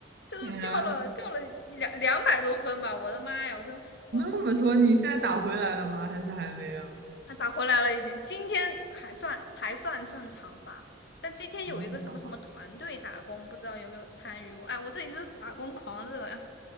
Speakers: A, on the left (about 60°); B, on the right (about 55°).
A: 就是掉了掉了一两两百多分吧！
B: 对啊，
A: 我的妈呀，我真服了。
B: 那么多，你现在打回来了吗？还是还没有？
A: 他打回来了，已经今天还算还算正常吧。但今天有一个什么什么团队打工，
B: 哦，那就好。
A: 不知道有没有参与过？哎，我这里真是打工狂热呀！<laughs> 啊